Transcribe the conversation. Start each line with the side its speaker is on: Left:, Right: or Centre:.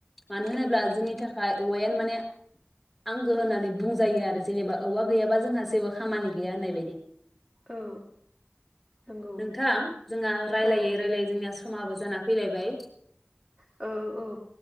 Centre: मानो होनोब्ला
Right: औ
Centre: जोंनि था खाय औयानो माने आंगो होननानै बुंजायो आरो। जेनेबा औवा गैयाबा जोंहा जेबो खामानि गैया होननाय बायदि
Right: औ नंगौ
Centre: नोंथां जोंहा रायलायै
Right: औ
Centre: रायलायै जोंनिया समाबो जाना फैलायबाय
Right: औ औ